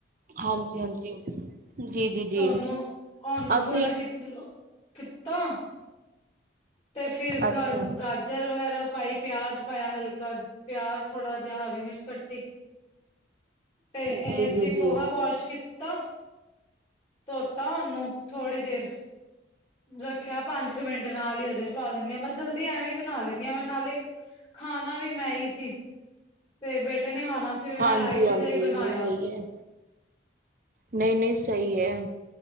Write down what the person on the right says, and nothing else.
ਹਾਂਜੀ-ਹਾਂਜੀ। ਜੀ ਜੀ ਜੀ
ਅਸੀਂ
ਅੱਛਾ
ਜੀ
ਜੀ ਜੀ
ਹਾਂਜੀ
ਹਾਂਜੀ
ਨਹੀਂ ਸਹੀ ਹੈ ਨਹੀਂ -ਨਹੀਂ ਸਹੀ ਹੈ।